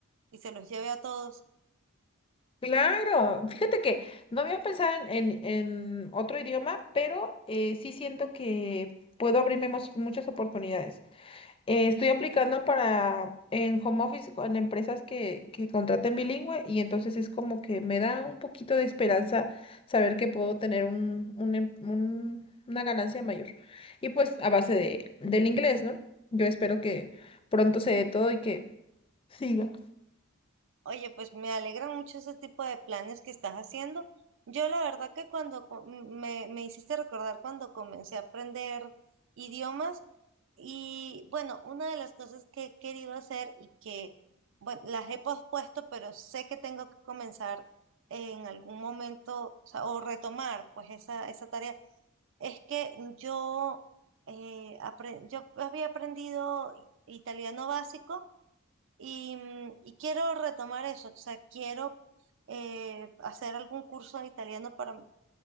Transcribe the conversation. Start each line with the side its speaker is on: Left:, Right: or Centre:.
Right: y se los lleve a todos.
Left: Claro, fíjate que no había pensado en, en- en otro idioma, pero eh, sí siento que puedo abrirme mos- muchas oportunidades. Eh, estoy aplicando para en home office, en empresas que, que contraten bilingüe y entonces es como que me da un poquito de esperanza saber que puedo tener un, un em- un- una ganancia mayor. Y pues a base de, del inglés, ¿no? Yo espero que pronto se dé todo y que siga.
Right: Oye, pues me alegran mucho ese tipo de planes que estás haciendo. Yo la verdad que cuando co- me, me hiciste recordar cuando comencé a aprender idiomas y bueno, una de las cosas que he querido hacer y que, bueno, las he pospuesto, pero sé que tengo que comenzar en algún momento, o sea, o retomar pues esa, esa tarea Es que yo, eh, apre- yo había aprendido italiano básico y, mm, y quiero retomar eso, o sea, quiero eh, hacer algún curso de italiano para